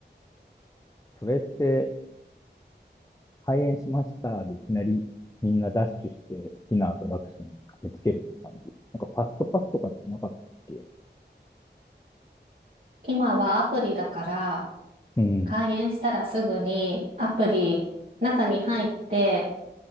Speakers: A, on the left; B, on the right.
A: それって、開演しましたでいきなりみんなダッシュして好きなアトラクションに駆けつけるって感じ。なんかファストパスとかってなかったっけ
B: 今はアプリだから、
A: うん、
B: 開園したらすぐにアプリ、中に入って、